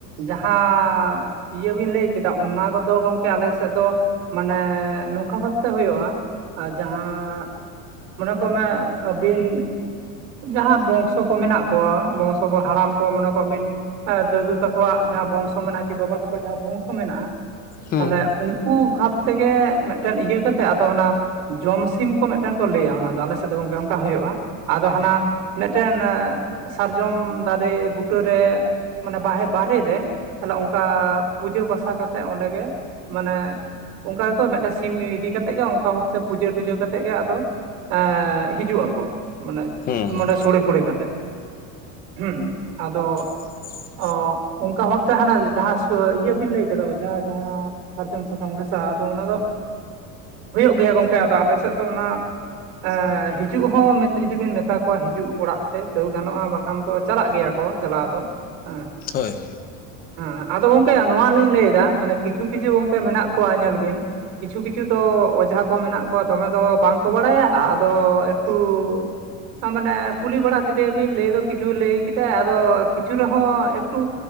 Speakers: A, on the right; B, on the left.
A: ᱡᱟᱦᱟᱸ ᱤᱭᱟᱹ ᱵᱤᱱ ᱞᱟᱹᱭ ᱠᱮᱫᱟ ᱚᱱᱟ ᱠᱚᱫᱚ ᱜᱚᱝᱠᱮ ᱟᱞᱮ ᱥᱮᱫ ᱫᱚ ᱢᱟᱱᱮ ᱱᱚᱝᱠᱟ ᱵᱷᱟᱵᱛᱮ ᱦᱳᱭᱳᱜ-ᱟ ᱡᱟᱦᱟᱸ ᱢᱚᱱᱮ ᱠᱚᱜ ᱢᱮ? ᱟᱹᱵᱤᱱ ᱡᱟᱦᱟᱸ ᱵᱚᱝᱥᱚ ᱠᱚ ᱢᱮᱱᱟᱜ ᱠᱚᱣᱟ ᱵᱚᱝᱥᱚ ᱠᱚ ᱦᱟᱲᱟᱢ ᱠᱚ ᱢᱚᱱᱮ ᱠᱚᱟᱜ ᱵᱤᱱ, ᱟᱸ ᱫᱟᱫᱩ ᱛᱟᱠᱚᱣᱟᱜ ᱡᱟᱦᱟᱸ ᱵᱚᱝᱥᱚ ᱢᱮᱱᱟᱜ-ᱟ ᱠᱤ ᱵᱟᱵᱟ ᱛᱟᱠᱚᱣᱟᱜ ᱡᱟᱦᱟᱸ ᱵᱚᱝᱥᱚ ᱢᱮᱱᱟᱜ-ᱟ
B: ᱦᱩᱸ
A: ᱛᱟᱦᱞᱮ ᱩᱝ ᱠᱩ ᱵᱷᱟᱵᱽ ᱛᱮᱜᱮ ᱢᱤᱜᱴᱮᱱ ᱤᱭᱟᱹ ᱠᱟᱛᱮ ᱟᱫᱚ ᱚᱱᱟ ᱡᱚᱢ ᱥᱤᱢ ᱠᱚ ᱢᱤᱫᱴᱟᱝ ᱠᱚ ᱞᱟᱹᱭᱟ ᱚᱱᱟ ᱫᱚ ᱟᱞᱮ ᱥᱮᱫ ᱫᱚ ᱜᱚᱝᱠᱮ ᱚᱱᱠᱟ ᱦᱩᱭᱩᱜ-ᱟ ᱟᱫᱚ ᱦᱟᱱᱟ ᱢᱤᱫᱴᱮᱱ ᱥᱟᱨᱡᱚᱢ ᱫᱟᱨᱮ ᱵᱩᱴᱟᱹᱨᱮ ᱢᱟᱱᱮ ᱵᱟᱦᱮᱨ ᱵᱟᱦᱨᱮ ᱨᱮ ᱛᱟᱦᱞᱮ ᱚᱱᱠᱟ ᱯᱩᱡᱟᱹ ᱵᱟᱥᱟ ᱠᱟᱛᱮ ᱚᱸᱰᱮᱜᱮ ᱢᱟᱱᱮ ᱚᱱᱠᱟ ᱜᱮᱠᱚ ᱢᱤᱫᱴᱮᱱ ᱥᱤᱢ ᱤᱫᱤ ᱠᱟᱛᱮᱜ ᱜᱮ ᱚᱱᱠᱟ ᱵᱷᱟᱵᱛᱮ ᱯᱩᱡᱟᱹ ᱴᱩᱡᱟᱹ ᱠᱟᱛᱮᱜ ᱜᱮ ᱟᱫᱚ ᱮᱸᱻᱻ ᱦᱤᱡᱩᱜ ᱟᱠᱚ ᱢᱟᱱᱮ
B: ᱦᱩᱸ
A: ᱢᱟᱱᱮ ᱥᱚᱲᱮ ᱯᱷᱚᱲᱮ ᱠᱟᱛᱮᱜ ᱦᱩᱸ ᱟᱫᱚ
B: <unintelligible>
A: ᱚ ᱚᱱᱠᱟ ᱵᱷᱟᱵ ᱛᱮ ᱦᱟᱱᱟ ᱡᱟᱦᱟᱸ ᱤᱭᱟᱹ ᱵᱤᱱ ᱞᱟᱹᱭ ᱠᱮᱫᱟ ᱡᱟᱦᱟᱸ ᱡᱟᱦᱟᱸ ᱥᱟᱨᱡᱚᱢ ᱥᱟᱠᱟᱢ ᱜᱷᱟᱥᱟᱣᱼᱟ ᱟᱫᱚ ᱚᱱᱟ ᱫᱚ ᱦᱩᱭᱩᱜ ᱜᱮᱭᱟ ᱜᱚᱝᱠᱮ ᱟᱫᱚ ᱟᱞᱮᱥᱮᱫ ᱫᱚ ᱚᱱᱟ ᱮᱸ ᱦᱤᱡᱩᱜ ᱦᱚᱸ ᱢᱮᱱᱛᱮ ᱡᱩᱫᱤ ᱵᱮᱱ ᱢᱮᱛᱟ ᱠᱚᱣᱟ ᱦᱤᱡᱩᱜ ᱚᱲᱟᱜ ᱛᱮ ᱛᱟᱹᱣ ᱜᱟᱱᱚᱜᱼᱟ ᱵᱟᱠᱷᱟᱱ ᱫᱚ ᱪᱟᱞᱟᱜ ᱜᱮᱭᱟ ᱠᱚ ᱪᱟᱞᱟᱣ ᱫᱚ। ᱦᱮᱸ
B: ᱦᱳᱭ ᱦᱳᱭ।
A: ᱦᱮᱸ ᱟᱫᱚ ᱜᱚᱝᱠᱮ ᱱᱚᱣᱟ ᱞᱤᱧ ᱞᱟᱹᱭ ᱫᱟ ᱢᱟᱱᱮ ᱠᱤᱪᱷᱩ ᱠᱤᱪᱷᱩ ᱜᱚᱝᱠᱮ ᱢᱮᱱᱟᱜ ᱠᱚᱣᱟ ᱧᱮᱞ ᱵᱤᱱ। ᱠᱤᱪᱷᱩ ᱠᱤᱪᱷᱩ ᱫᱚ ᱚᱡᱷᱟ ᱠᱚ ᱢᱮᱱᱟᱜ ᱠᱚᱣᱟ ᱫᱚᱢᱮ ᱫᱚ ᱵᱟᱝ ᱠᱚ ᱵᱟᱲᱟᱭᱟ ᱟᱫᱚ ᱴᱩ ᱟ ᱢᱟᱱᱮ ᱠᱩᱞᱤ ᱵᱟᱲᱟ ᱠᱮᱫᱮ ᱭᱟᱵᱤᱱ ᱞᱟᱹᱭ ᱫᱚ ᱠᱤᱪᱷᱩ ᱞᱟᱹᱭ ᱠᱮᱫᱟ ᱟᱫᱚ ᱠᱤᱪᱷᱩ ᱨᱮᱦᱚᱸ ᱮᱠᱴᱩ